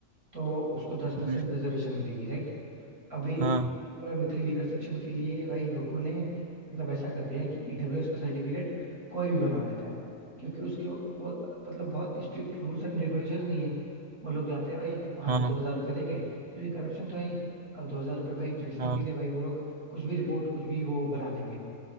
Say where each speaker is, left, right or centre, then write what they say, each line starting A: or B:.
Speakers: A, on the right; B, on the right.
A: तो उसको दस परसेंट
B: हम्म,
A: रिजर्वेशन मिलेगी right? अभी
B: हाँ
A: इकोनॉमिकली वीकर सेक्शन के लिए भाई लोगों ने मतलब ऐसा कर दिया है कि ईडब्ल्यूएस का सर्टिफिकेट कोई भी बनवा लेता है क्योंकि उसके वो मतलब बहुत स्ट्रिक्ट रूल्स एंड रेगुलेशंस नहीं है वो लोग जाते हैं भाई वहां
B: हाँ
A: पे दो हजार रुपये दे के क्योंकि करप्शन तो है ही अब दो हजार रुपये भाई जैसे
B: हाँ
A: ही मिले भाई वो लोग कुछ भी रिपोर्ट कुछ भी वो बना देंगे